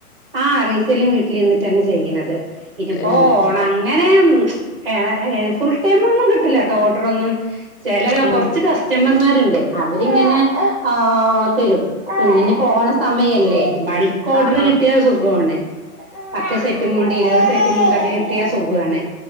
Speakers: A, on the right (about 35°); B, on the left (about 75°).
A: ആ റിസെല്ലിങ് വീട്ടിൽഇരുന്നിട്ടന്നെ ചെയ്യണുന്നത് ഇന്നപ്പോ
B: ഏഹ്
A: ഓണ അങ്ങനെ ഏ ഏ ഫുൾ ടൈം ഒന്നും കിട്ടില്ല കേട്ടോ ഓർഡർ ഒന്നും ചില
B: ഉം
A: കുറച്ച് കസ്റ്റമർമാരുണ്ട് അവരിങ്ങനെ ആ തരും ഇനി പോണ സമയല്ലേ ബൾക്ക് ഓർഡർ
B: ആഹ് ആഹ്
A: കിട്ടിയത് സുഖമാണ് പത്ത് സെറ്റും മുണ്ട് ഇരുപത് സെറ്റും മുണ്ട് കിട്ടിയ
B: ഉം
A: സുഖമാണ്
B: ഉം